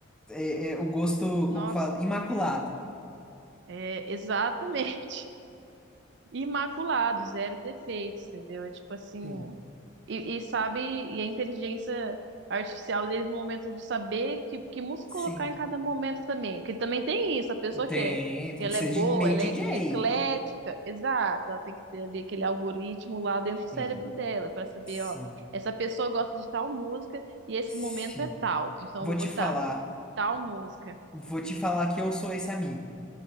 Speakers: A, in the centre; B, on the right.
A: É, é o gosto,
B: nossa,
A: como fala, imaculado.
B: é, exatamente. <laughs> imaculado, zero defeitos, entendeu? É tipo assim,
A: Sim.
B: e, e sabe, e a inteligência artificial deles no momento de saber que, que música
A: Sim,
B: colocar em cada momento também, que também tem isso, a pessoa
A: tem,
B: que é,
A: tem
B: que ela
A: que ser
B: é boa,
A: de, meio
B: ela
A: DJ.
B: é eclética, exato, ela tem que ter ali aquele algoritmo lá dentro do cérebro
A: Sim,
B: dela para saber,
A: sim,
B: ó, essa pessoa gosta de tal música e esse
A: sim.
B: momento é tal, então
A: Vou
B: eu vou
A: te
B: botar
A: falar,
B: tal música.
A: vou te falar que eu sou esse amigo.